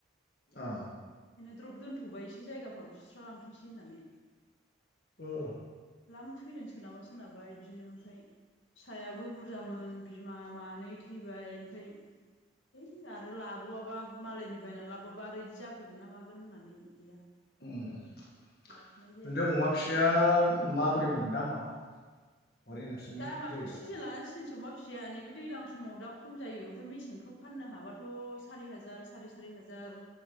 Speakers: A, on the left; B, on the left.
A: अ।
B: द्रप दोनथ'बाय एसे जायगाफ्राबो सुस्र लांथोंसै होननानै।
A: ओ।
B: लाम थैदों सोरनाबा सोरनाबा बिदिनो ओमफाय फिसायाबो बुरजामोन बिमा मानै थैबाय ओमफाय हैइ आरो लाबोआबा मालायनि बायनानै लाबोाबा आरो बिदि जाफैगोन ना मागोन होननानै गैया।
A: ओम नोंथां
B: लाथ'नाय जायाखै आरो
A: अमा फिसाया माब्रै मोन दामा? हरै नोंसोरनि
B: दामाथ'
A: जायगायाव
B: सिजोन लाना सि <unintelligible> अमा फिसाया नै बे दैलां समाव दा खम जायो ओमफ्राय मेसेंफ्राव फाननो हाबाथ' सारि हाजार सारि सारि हाजार।